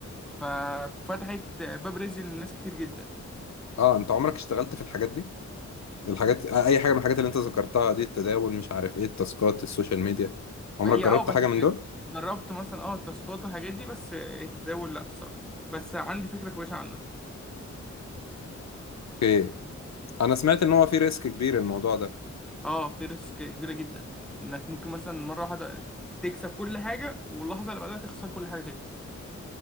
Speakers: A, in the centre; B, on the left (about 65°).
A: ففتحت باب رزق للناس كتير جدا
B: اه انت عمرك اشتغلت في الحاجات دي الحاجات آه، اي حاجة من الحاجات اللي انت ذكرتها دي التداول مش عارف ايه التاسكات السوشيال ميديا عمرك
A: هي
B: جربت
A: اه بس
B: حاجة
A: إيه،
B: من دول
A: جربت مثلا اه التاسكات والحاجات دي بس التداول لا الصراحه بس عندي فكره كويسه عنه
B: اوكي انا سمعت ان هو في ريسك كبير الموضوع ده
A: اه في ريسك كبيرة جدا انك ممكن مثلا مرة واحدة تكسب كل حاجة واللحظة اللي بعدها تخسر كل حاجة تاني